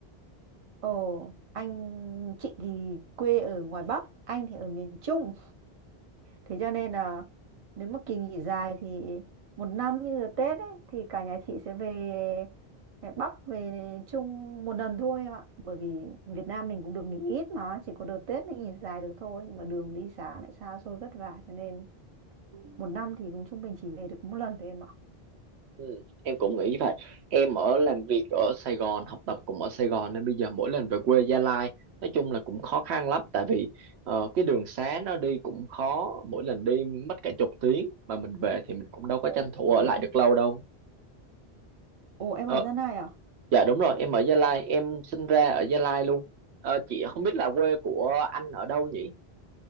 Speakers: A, on the right (about 35°); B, on the right (about 85°).
A: ồ anh chị thì quê ở ngoài Bắc anh thì ở miền Trung Thế cho nên là nếu mà kỳ nghỉ dài thì một năm như là Tết ấy, thì cả nhà chị sẽ về Bắc về Trung một lần thôi em ạ. Bởi vì Việt Nam mình cũng được nghỉ ít mà chỉ có đợt Tết mới nghỉ dài được thôi. Mà đường đi xa lại xa xôi vất vả cho nên một năm thì cũng trung bình chỉ về được có một lần thôi em ạ.
B: Ừ, em cũng nghĩ vậy em ở làm việc ở Sài Gòn học tập cũng ở Sài Gòn nên bây giờ mỗi lần về quê Gia Lai nói chung là cũng khó khăn lắm tại vì ờ, cái đường xá nó đi cũng khó mỗi lần đi mất cả chục tiếng mà mình về thì mình cũng đâu có
A: Ồ,
B: tranh thủ
A: ồ,
B: ở lại được lâu đâu
A: ồ, em
B: Ờ,
A: ở Gia Lai à?
B: dạ đúng rồi em ở Gia Lai em sinh ra ở Gia Lai luôn Ờ, chị không biết là quê của anh ở đâu nhỉ